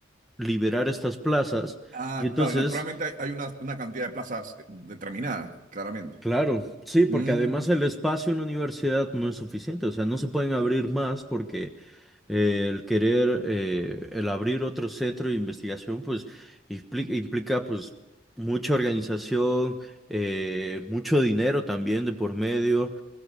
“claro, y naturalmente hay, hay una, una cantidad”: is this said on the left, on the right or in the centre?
Right